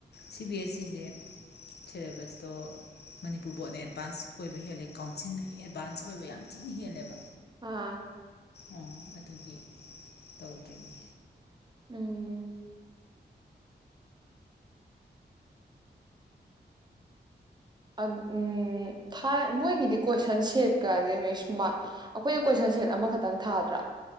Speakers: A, on the left; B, on the right.
A: ꯁꯤ ꯕꯤ ꯑꯦꯁ ꯁꯤꯁꯦ ꯁꯦꯂꯦꯕꯁꯇꯣ ꯃꯅꯤꯄꯨꯔ ꯕꯣꯔꯠꯅ ꯑꯦꯗꯚꯥꯟꯁ ꯑꯣꯏꯕ ꯍꯦꯜꯂꯦ ꯀꯥꯎꯟꯁꯤꯜꯅ ꯑꯦꯠꯚꯥꯟꯁ ꯑꯣꯏꯕ ꯌꯥꯝ ꯊꯤꯅ ꯍꯦꯜꯂꯦꯕ꯫
B: ꯑꯥ
A: ꯑꯣ ꯑꯗꯨꯒꯤ ꯇꯧꯗ꯭ꯔꯤꯅꯦ
B: ꯎꯝ ꯑ ꯟ ꯊꯥ ꯃꯣꯏꯒꯤꯗꯤ ꯀꯣꯏꯁꯟ ꯁꯦꯠꯀꯥꯁꯦ ꯃꯤꯁ ꯃꯥ ꯑꯩꯈꯣꯏꯅ ꯀꯣꯏꯁꯟ ꯁꯦꯠ ꯑꯃꯈꯛꯇꯪ ꯊꯥꯗ꯭ꯔꯥ